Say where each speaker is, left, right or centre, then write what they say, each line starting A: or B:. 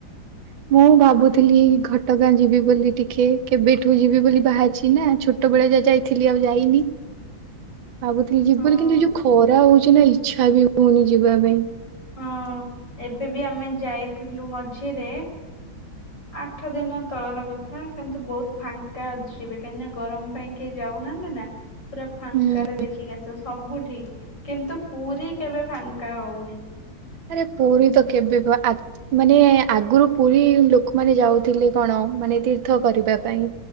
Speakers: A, on the right; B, on the left.
A: <inaudible> ମୁଁ ଭାବୁଥିଲି ଘଟଗାଁ ଯିବି ବୋଲି ଟିକେ କେବେଠୁ ଯିବି ବୋଲି ବାହାରିଛି ନା ଛୋ ଟବେଳେ ଯାହା ଯାଇଥିଲି ଆଉ ଯାଇନି। ଭାବୁଥିଲି ଯିବିବୋଲି
B: ହଁ
A: କିନ୍ତୁ ଏ ଯୋଉ ଖରା ହଉଛି ନା ଇଚ୍ଛା ବି ହଉନି ଯିବା ପାଇଁ।
B: ହଁ ଏବେ ବି ଆମେ ଯାଇଥିଲୁ ମଝିରେ ଆଠ ଦିନ ତଳର କଥା କିନ୍ତୁ ବହୁତ ଫାଙ୍କା ଅଛି ଏବେ କାହିଁକି ନା ଗରମ ପାଇଁ କି କେହି ଯାଉନାହାନ୍ତି ନା ପୁରା ଫାଙ୍କା
A: ହୁଁ।
B: ରେ ଦେଖିକି ଆସ ସବୁଠି କିନ୍ତୁ ପୁରୀ କେବେ ଫାଙ୍କା ହଉନି।
A: ଆରେ ପୁରୀ ତ କେବେବି ଆ ମାନେ ଆଗରୁ ପୁରୀ ଲୋକମାନେ ଯାଉଥିଲେ କଣ ମାନେ ତୀର୍ଥ କରିବା ପାଇଁ।